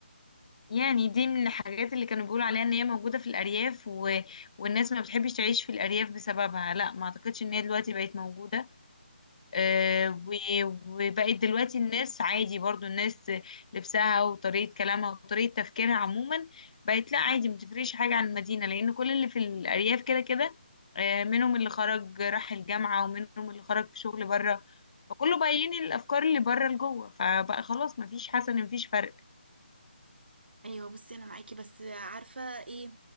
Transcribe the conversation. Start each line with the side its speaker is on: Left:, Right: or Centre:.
Left: يعني دي من الحاجات اللي كانوا بيقولوا عليها ان هي موجودة في الارياف و... والناس ما بتحبش تعيش في الارياف بسببها لا ما اعتقدش ان هي دلوقتي بقت موجودة آه، و- وبقت دلوقتي الناس عادي برضو الناس لبسها وطريقة كلامها وطريقة تفكيرها عموما بقت لا عادي متفرقش حاجة عن المدينة لأن كل اللي في الأرياف كده كده آه، منهم اللي خرج راح الجامعة ومنهم اللي خرج في شغل بره فكله بقى ينقل الأفكار اللي بره لجوه فبقى خلاص مفيش حسن مفيش فرق
Right: ايوه بصي انا معاكي بس عارفه ايه